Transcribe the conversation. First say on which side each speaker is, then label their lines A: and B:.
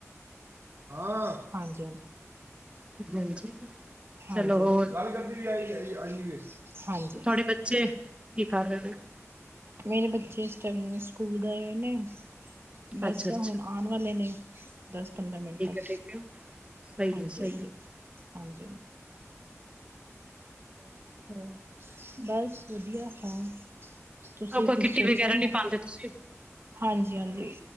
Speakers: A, on the right; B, on the right.
A: ਹਾਂਜੀ
B: ਹਾਂਜੀ
A: ਹਾਂਜੀ
B: ਚਲੋ
A: ਹਾਂਜੀ
B: ਹੋਰ
A: ਹਾਂਜੀ,
B: ਤੁਹਾਡੇ ਬੱਚੇ ਕੀ ਕਰ ਰਹੇ ਨੇ
A: ਮੇਰੇ ਬੱਚੇ ਇਸ ਟਾਇਮ ਸਕੂਲ ਗਏ ਹੋਏ ਨੇੇ ਬਸ
B: ਅੱਛਾ-ਅੱਛਾ
A: ਹੁਣ ਵਾਲੇ ਨੇ ਦਸ ਪੰਦਰਾਂ ਮਿੰਟ
B: ਠੀਕ
A: ਤੱਕ
B: ਹੈ-ਠੀਕ ਹੈ ਸਹੀ
A: ਹਾਂਜੀ
B: ਏ ਸਹੀ
A: ਹਾਂਜੀ ਹਾਂਜੀ ਹੋਰ ਬਸ ਵਧੀਆ ਹੋਰ ਤੁਸੀਂ
B: ਉਹ ਕੋਈ
A: ਕੁੱਝ
B: ਕਿੱਟੀ
A: ਸੋਚਿਆ
B: ਵਗੈਰਾ
A: ਨੀ
B: ਨਹੀਂ ਪਾਉਂਦੇ ਤੁਸੀਂ
A: ਹਾਂਜੀ ਹਾਂਜੀ,